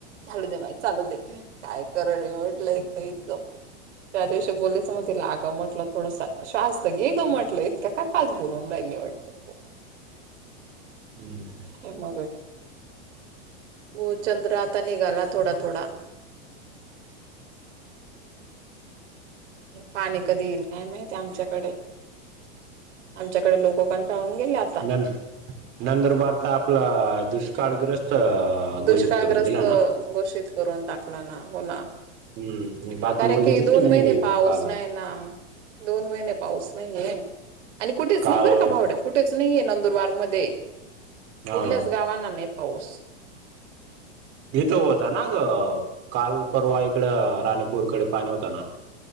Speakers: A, on the right; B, on the right.
A: चालू दे मा चालू दे काय करण म्हटलं एक इच त्या दिवशी बोलीयचं मग तिलागं म्हटलं थोडस शस्त घे ग म्हटलं इतक्या काय पाच बोलवून राहिली वाटत तू
B: हम्म
A: हे मग म चंद्र आता निघाला थोडा थोडा पाणी कधी येईल काय माहिती आमच्याकडे आमच्याकडे लोकंाळून गेलेत
B: न नंतर भारता आपलं दुष्काळग्रस्त
A: दुष्काळग्रस्त
B: घोषित करून दिला ना
A: घोषित करून टाकला ना होला
B: हम्म मी बातमी
A: कारण
B: बघितली
A: की दोन
B: ती मी
A: महिने
B: बी
A: पाऊस
B: काल
A: नाही ना दोन महिने पाऊस नाहीये आणि कुठेच
B: काल
A: नाही बरं का बावड्या कुठ कठेच नाहीे नंदुरबार मध्ये
B: हा
A: कुठल्याच गावांना नाही पाऊस
B: इिथं होता ना ग काल परवा इकड राणीपूरकडे पाणी होता ना